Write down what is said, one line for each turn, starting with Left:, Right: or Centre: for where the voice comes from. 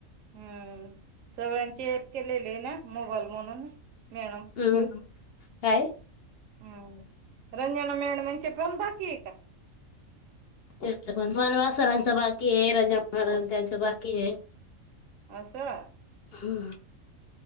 Right: हम्म सगळ्यांची ऍप केलेली आहे ना मोबाईल म्हणून मेणम
Left: हम्म काय
Right: हम रंजना मेड म्हचे पण बाकी आहे का
Left: त्याच पण मानवा सरांचं बाकी आहे रंजा म त्यांचं बाकी आहे
Right: अस सर
Left: हम्म